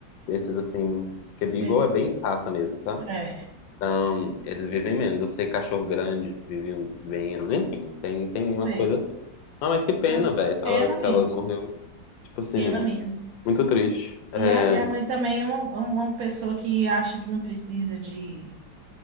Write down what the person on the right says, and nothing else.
sei.
É,
sei.
Pois
é.
Pena
mesmo.
Pena mesmo.
E a minha mãe também é uma, uma pessoa que acha que não precisa de.